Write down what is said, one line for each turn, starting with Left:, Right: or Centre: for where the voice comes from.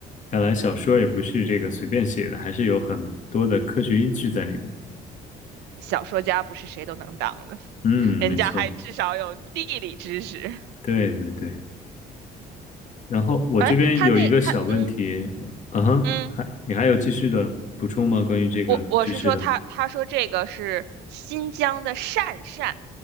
Left: 看来小说也不是这个随便写的，还是有很多的科学依据在里面的。
Right: 小说家不是谁都能当的，
Left: 嗯，
Right: 人家还至少有地理知识。
Left: 没错，对对对。然后我这边有一个小问题，
Right: <laughs> 哎，他那他嗯
Left: 嗯哼，
Right: 嗯。
Left: 还你还有继续的补充吗？关于这个知识的，
Right: 我我是说他他说这个是新疆的善善，